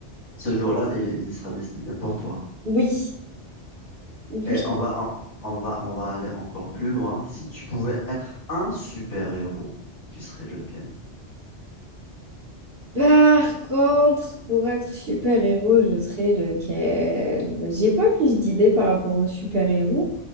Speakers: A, on the left; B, on the right.
A: Ce jour-là, il, il sera destiné pour toi.
B: Oui, oui.
A: Et on va, on, on va, on va aller encore plus loin. Si tu pouvais être un super-héros, tu serais lequel?
B: Par contre, pour être super-héros, je serais lequel? J'ai pas plus d'idées par rapport aux super-héros,